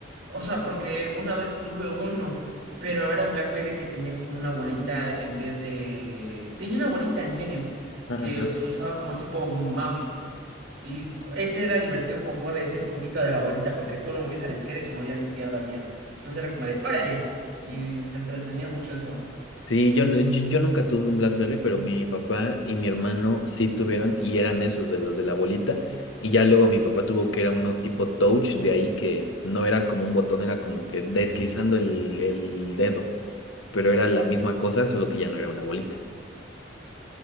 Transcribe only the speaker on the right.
O sea, porque una vez tuve uno, pero era un BlackBerry que tenía como una bolita en vez de... Tenía una bolita en medio,
que
se usaba como tipo mouse. Y cu- ese era divertido para jugar ese jueguito de la bolita, porque tú lo movías a la izquierda y se movía a la izquierda bien. Entonces era como de, órale. Y te entretenía mucho eso.